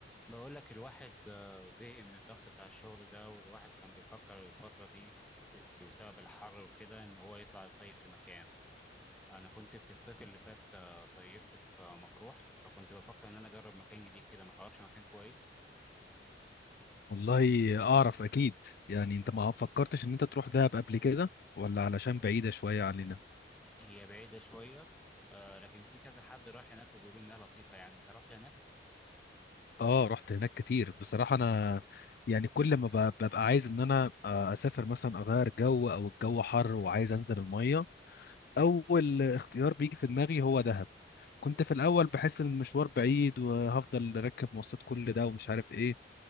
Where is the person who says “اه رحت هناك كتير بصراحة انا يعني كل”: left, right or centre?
Left